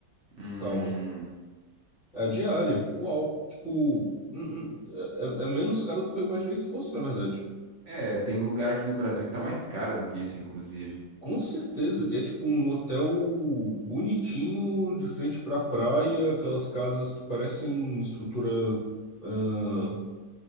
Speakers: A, on the right; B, on the left.
A: Hum.
B: Calma. É a diária, uau. Tipo, hum, hum, é, é é menos caro do que eu imaginei que fosse, na verdade.
A: É, tem lugar aqui no Brasil que tá mais caro do que isso, inclusive.
B: Com certeza. E é tipo um hotel bonitinho, de frente pra praia, aquelas casas que parecem estrutura. ah,